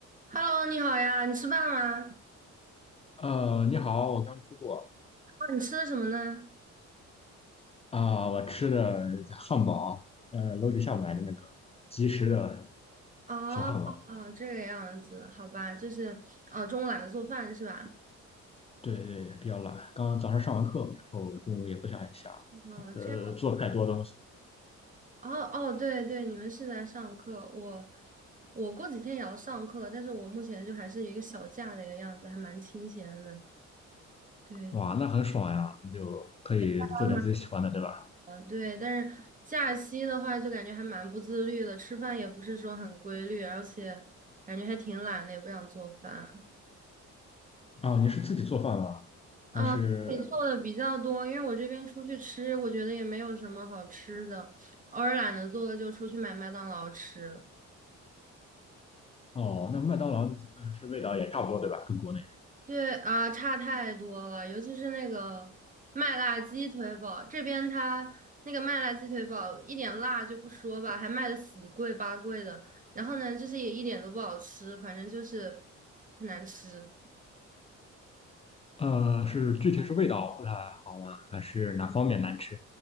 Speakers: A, on the right; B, on the left.
A: Hello，你好呀，你吃饭吗？
B: 呃，你好，我刚吃过
A: 哦，你吃的什么呢？
B: 啊、我吃的汉堡，呃，楼底下买的那个即食的
A: 哦，
B: 小汉堡，
A: 哦，这个样子，好吧，就是哦，中午懒得做饭是吧？
B: 对对，比较懒。刚刚早上上完课，然后中午也不想想，
A: 哦，
B: 呃，
A: 这样，
B: 做太多东西，
A: 哦哦，对对，你们是在上课，我我过几天也要上课，但是我目前就还是一个小假的一个样子，还蛮清闲的，对，
B: 哇，那很爽呀，你就可以做点自己喜欢的，
A: 还蛮
B: 对吧？
A: 呃对，但是假期的话就感觉还蛮不自律的，吃饭也不是说很规律，而且感觉还挺懒的，也不想做饭。
B: 哦，你是自己做饭吗？
A: 啊，
B: 还是
A: 你做的比较多，因为我这边出去吃，我觉得也没有什么好吃的，偶尔懒得做了就出去买麦当劳吃。
B: 哦，那麦当劳呃是味道也差不多，对吧？跟国内，
A: 对啊，差太多了，尤其是那个麦辣鸡腿堡，这边它那个麦辣鸡腿堡一点辣就不说吧，还卖的死贵八贵的，然后呢，就是也一点都不好吃，反正就是很难吃。
B: 呃，是具体是味道不太好吗？还是哪方面难吃？